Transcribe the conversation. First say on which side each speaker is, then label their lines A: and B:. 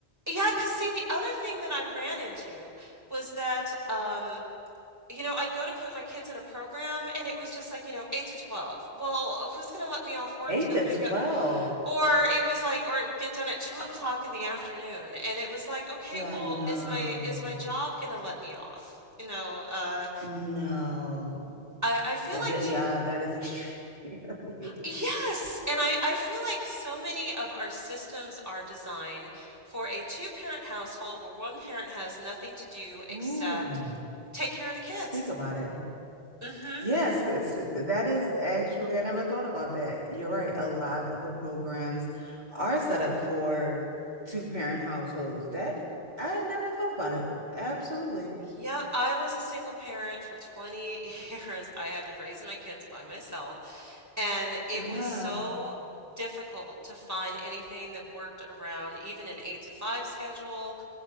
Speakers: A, on the right; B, on the right.
A: yeah, because see, the other thing that I ran into was that um, you know, I'd go to put my kids in a program and it was just like, you know, 8 to 12. Well, uh, who's going to let me off work
B: Eight
A: to go
B: to
A: pick
B: 12.
A: up? Or it was like, or it would get done at two
B: Oh
A: o'clock in the
B: my
A: afternoon.
B: God.
A: And it was like, okay,
B: Yeah,
A: well,
B: no.
A: is my is my job going to let me off? You know, uh,
B: No.
A: I, I feel
B: That,
A: like
B: that
A: t
B: yeah, that is extremely <laughs> early.
A: yes. And I, I feel like so many of our systems are designed for a two-parent household where one parent has nothing to do except
B: Ooh,
A: take care of the kids.
B: speak about it.
A: hmm
B: Yes, it's, that is actually, I never thought about that. You're right. A lot of the programs are set up for two-parent households. That I never thought about it. Absolutely.
A: Yep,
B: <laughs>
A: I was a single parent for 20 <laughs> years. I had to raise my kids by myself, and it
B: Yeah.
A: was so difficult to find anything that worked around even an eight to five schedule.